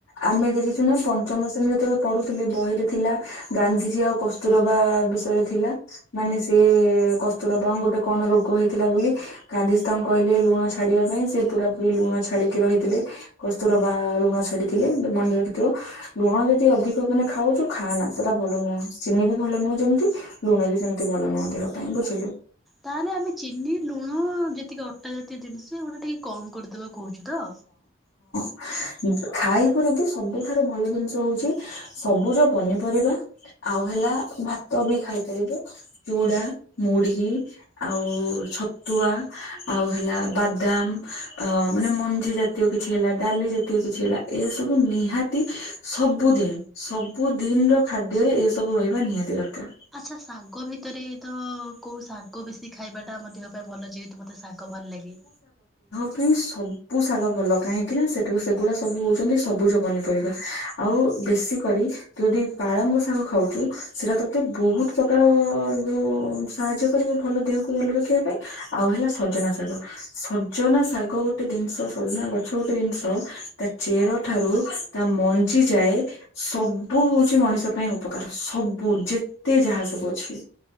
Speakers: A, on the left; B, in the centre.
A: ଆମେ ଦେଖିଚୁ ନାଁ ପଞ୍ଚମ ଶ୍ରେଣୀରେ ରତେବେ ପଢ଼ୁଥୁଲେ ବହିରେ ଥିଲା ଗାନ୍ଧିଜୀ ଆଉ କସ୍ତୁରବା ବିଷୟରେ ଥିଲା। ମାନେ ସିଏ ଏ କସ୍ତୁରବାଉଁ ଗୋଟେ କଣ ରୋଗ ହେଇଥିଲା ବୋଲି, ଗାନ୍ଧିଜୀ ତାଙ୍କୁ କହିଲେ ଲୁଣ ଛାଡ଼ିବା ପାଇଁ ସେ ପୁରାପୁରି ଲୁଣ ଛାଡି଼କି ରହିଥିଲେ କସ୍ତୁରବା ଲୁଣ ଛାଡ଼ିଥିଲେ ବେ ମନେ ରଖିଥିବୁ ଲୁଣ ଯଦି ଅଧିକ ମାନେ ଖାଉଚୁ ଖାଆନା ସେଟା ଭଲ ନୁହଁ। ଚିନି ବି ଭଲ ନୁହେଁ ଯେମତି, ଲୁଣ ବି ସେମିତି ଭଲ ନୁହଁ ଦେହ ପାଇଁ। ବୁଝିଲୁ?
B: ତାହେଲେ ଆମେ ଚିନି ଲୁଣ ଯେତିକି ଅଟା ଜାତୀୟ ଦିନିଷ୍ ଯେ ଉଣ ଟିକେ କମ୍ କରିଦବା କୋହୁଚୁ ତ?
A: ଉଁ ଖାଇବୁ ଯଦି ସବୁଠାରୁ ଭଲ ଦିନଷ ହୋଉଛି ସବୁଜ ପନିପରିବା। ଆଉ ହେଲା ଭାତ ବି ଖାଇପାରିବେ ଚୁଡ଼ା ମୁଢ଼ି ଆଉ ଛତୁଆ ଆଉ ହେଲା ବାଦାମ୍। ଅ ମାନେ ମଞ୍ଜି ଜାତୀୟ କିଛି ହେଲା ଡାଲି ଜାତୀୟ କିଛି ହେଲା ଏସବୁ ନିହାତି ସ ସବୁଦିନ୍ ସବୁଦିନ୍ ର ଖାଦ୍ୟରେ ଏ ସବୁ ରହିବା ନିହାତି ଦରକାର।
B: ଆଚ୍ଛା ଶାଗ ଭିତରେ ତ କୋଉ ଶା କୋ ବେଶୀ ଖାଇବାଟା ଆମ ଦେହ ପାଇଁ ଭଲ ଯେହେତୁ ମୋତେ ଶାଗ ଭଲ ଲାଗେ।
A: କାଇଁ ସବୁ ଶାଗ ଭଲ କାହିଁକି ନା ସେଠୁ ସେଗୁଡ଼ା ସବୁ ହୋଉଚନ୍ତି ସବୁଜ ପନିପରିବା ଆଉ ବେଶୀ କରି ଯଦି ପାଳଙ୍ଗ ଶାଗ ଖାଉଚୁ ସେଟା ତତେ ବୋହୁତ ପ୍ରକାର ଯୋଉ ଉଁ ସାହାଯ୍ୟ କରିବ ଭଲ ଦେହକୁ ଭଲ ରଖିବା ପାଇଁ ଆଉ ହେଲା ସଜନା ଶାଗ ସଜନା ଶାଗ ଗୋଟେ ଦିନଷ ସଜନା ଗଛ ଗୋଟେ ଜିନିଷ ତା ଚେର ଠାରୁ ତା ମଞ୍ଜି ଯାଏ ସବୁ ଉଚି ମଣିଷ ପାଇଁ ଉପକାର ସବୁ ଯେତେ ଯାହା ସବୁ ଅଛି।